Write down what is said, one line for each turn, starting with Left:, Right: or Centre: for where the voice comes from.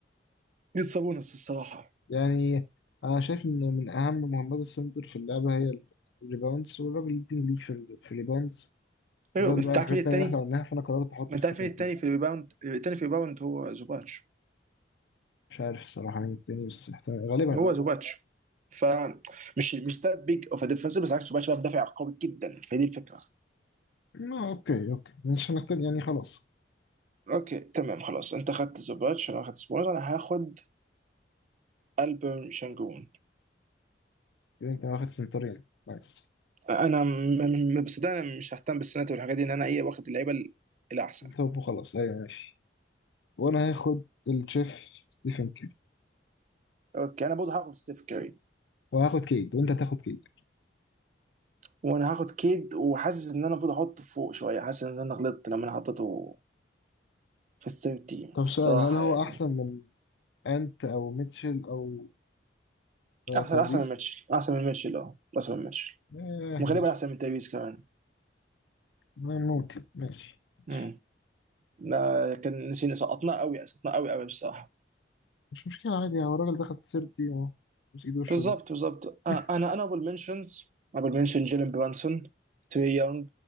Right: من سابونس الصراحه
Left: يعني انا شايف ان من اهم مهمات السنتر في اللعبه هي الريباوندز والراجل ليدنج ليك في في الريباوندز
Right: ايوه
Left: غير
Right: انت
Left: بقى الحاجات
Right: عارف مين
Left: التانية
Right: التاني؟
Left: اللي احنا قلناها فانا قررت احطه
Right: انت
Left: في
Right: عارف
Left: سكند
Right: مين التاني
Left: تيم
Right: في الريباوند؟ التاني في الريباوند هو زوباتش
Left: مش عارف الصراحه مين التاني بس احتمال غالبا
Right: هو
Left: اه
Right: زوباتش
Left: ممكن.
Right: فمش مش ده بيج اوف ديفنس بس عكس زوباتش بقى مدافع قوي جدا فدي الفكره
Left: ما اوكي اوكي مش هنختار يعني خلاص
Right: اوكي تمام خلاص انت خدت زوباتش انا اخدت سبوز انا هاخد البرن شانجون
Left: كده انت واخد سنترين نايس
Right: انا م- م- بس ده انا مش ههتم بالسنات والحاجات دي ان انا ايه واخد اللعيبه ال- الاحسن
Left: طب وخلاص ايوه ماشي وانا هاخد الشيف ستيفن كيري
Right: اوكي انا برضه هاخد ستيف كاري
Left: وهاخد كيد وانت هتاخد كيد
Right: وانا هاخد كيد وحاسس ان انا المفروض احطه فوق شويه حاسس ان انا غلطت لما انا حطيته في الثيرد تيم
Left: طب
Right: الصراحه
Left: سؤال هل هو
Right: يعني
Left: احسن من انت او ميتشل او
Right: احسن
Left: تايريس؟
Right: احسن من ميتشل احسن من ميتشل اه احسن من ميتشل
Left: آه
Right: وغالبا
Left: ماشي
Right: احسن من تايويز كمان
Left: ممكن ماشي
Right: مم.
Left: ماشي
Right: ما كان نسينا سقطناه قوي سقطناه قوي قوي بصراحه
Left: مش مشكلة عادي يعني. هو الراجل دخل سيرتي ومش ايد وشه
Right: بالظبط
Left: ده
Right: بالظبط
Left: <laughs>
Right: آه، انا انا ابل منشنز ابل منشن جيلن برانسون تري يونغ